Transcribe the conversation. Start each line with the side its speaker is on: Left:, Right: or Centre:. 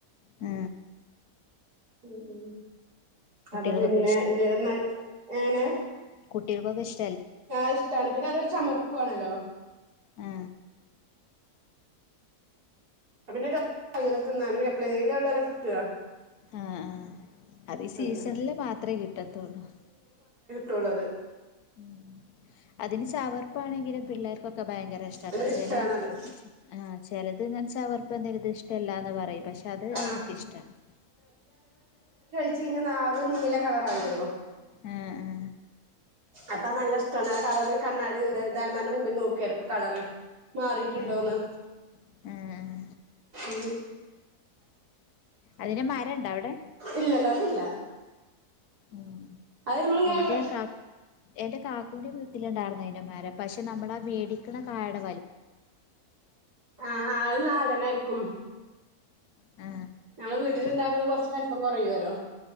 Left: ഏ
Right: മ് മ്
Left: കുട്ടികൾക്കൊക്കെ
Right: അപ്പൊ പിന്നെ ന്തേ നൽ എങ്ങനെ
Left: കുട്ടികക്കൊക്കെ ഇഷ്
Right: ആ ഇഷ്ട്ടാണ് പിന്ന അതൊരു ചമർപ്പുവാണല്ലോ
Left: ആ
Right: അത് പിന്ന <inaudible> അങ്ങനെ തിന്നാനും എപ്പളെലും അല്ലെല്ലേ കിട്ടുക
Left: ആ ആ അത് ഈ സീസണില്
Right: പിന്നെ
Left: മാത്രേ കിട്ടത്തൊള്ളൂ
Right: തൊള്ളത്
Left: ഉം അതിന് ചവർപ്പാണെങ്കിലും പിള്ളേർക്കൊക്ക ഭയങ്കര ഇഷ്ടട്ടാ
Right: അത് ഇഷ്ടാണത്
Left: ചെലെ ആഹ ചെലത് ഇതിങ്ങനെ ചവർപ് പ്പെ എന്തേലും ഇത് ഇഷ്ടല്ലാന്ന് പറയും പക്ഷെ
Right: ആഹ്
Left: അവര്ക്ക് ഇഷ്ട്ടാണ്
Right: ച്ച് കയിഞ്ഞ നാവ് നീല കളറാവോല്ലോ
Left: ആ ആ
Right: അപ്പ നല്ല ഇഷ്ടാണ് കളറ് കണ്ണാടിന്റെ ദാ അൽമാരിന്റെ മുൻപി നോക്കിയാർക്കും കളറ് മാറീട്ടൊണ്ടോന്ന്
Left: ആഹ് ആഹ്
Right: ഉം
Left: അതിന്റെ മരണ്ടവിടെ
Right: ഇല്ലല്ല അതില്ല
Left: ഉം
Right: അത് നമ്മളിങ്ങനെ
Left: എന്റെ കാ എന്റെ കാക്കൂന്റെ വീട് ത്തീലോണ്ടാർന്ന് അയിന്റെ മരം പശ് നമ്മട മേടിക്കണം കായേടെ
Right: ആ ആ അത്‌ നാടനാരിക്കും
Left: ആ
Right: നമ്മള് വീട്ടിലൊണ്ടക്കണ കൊറച്ച് വലിപ്പം കൊറയുവല്ലോ